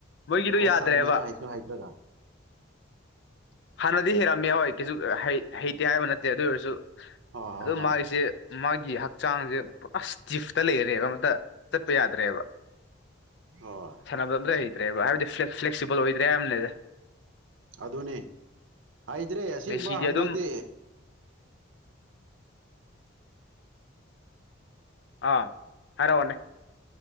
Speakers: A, on the left; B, on the right.
A: ꯃꯣꯏꯒꯤꯗꯣ
B: ꯒꯣꯜ
A: ꯌꯥꯗ꯭ꯔꯦꯕ
B: ꯆꯟꯕꯁꯨ ꯍꯩꯁꯨ ꯍꯩꯇꯅ
A: ꯍꯥꯟꯅꯗꯤ ꯍꯩꯔꯝꯃꯦ ꯍꯣꯏ ꯀꯩꯁꯨ ꯍꯩꯇꯦ ꯍꯥꯏꯕ ꯅꯠꯇꯦ ꯑꯗꯨ ꯑꯣꯏꯔꯁꯨ
B: ꯍꯣꯏ ꯍꯣꯏ
A: ꯑꯗꯨ
B: ꯍꯣꯏ
A: ꯃꯥꯒꯤꯁꯦ ꯃꯥꯒꯤ ꯍꯛꯆꯥꯡꯁꯦ ꯄꯨꯔ ꯏꯁ ꯇꯤꯐꯇ ꯂꯩꯔꯦꯕ ꯑꯃꯇ ꯆꯠꯄ ꯌꯥꯗ꯭ꯔꯦꯕ
B: ꯍꯣꯏ
A: ꯁꯥꯟꯅꯕ ꯑꯝꯇ ꯍꯩꯇ꯭ꯔꯦꯕ ꯍꯥꯏꯕꯗꯤ ꯐ꯭ꯂꯦꯛꯁꯤꯕꯜ ꯑꯣꯏꯗ꯭ꯔꯦ ꯌꯥꯝꯕꯅꯦꯗ
B: ꯑꯗꯨꯅꯤ ꯍꯥꯏꯗ꯭ꯔꯦ ꯑꯁꯦꯡꯕ
A: ꯃꯦꯁꯤꯗꯤ
B: ꯍꯟꯗꯛꯇꯤ
A: ꯑꯗꯨꯝ ꯑꯥ ꯍꯥꯏꯔꯣꯅꯦ